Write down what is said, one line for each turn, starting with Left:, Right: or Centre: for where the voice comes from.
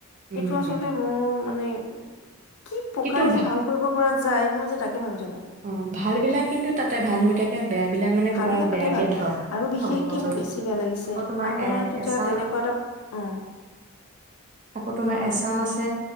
Right: উম,
Left: এইটো আচলতে মোৰ মানে কি প্ৰকাৰে
Right: কিন্তু
Left: যে ভাল কৰিব পৰা যা, যাই, মই যে তাক ভাবি থাকো।
Right: অহ, ভাল বিলাক কিন্তু তাতে ভাল হৈ থাকে। বেয়া বিলাক মানে
Left: ভাল
Right: পুৰা
Left: বিলাক
Right: বেয়াকে
Left: তাতে ভাল
Right: ধ
Left: আৰু বিশেষকে
Right: ধ্বংস
Left: মোৰ
Right: হৈ গৈছে।
Left: বেছি বেয়া লাগিছে
Right: আকৌ তোমাৰ
Left: আমাৰ
Right: এ
Left: তেতিয়া
Right: এচামা
Left: তেনেকুৱা এটা অ
Right: আকৌ তোমাৰ এচাম আছে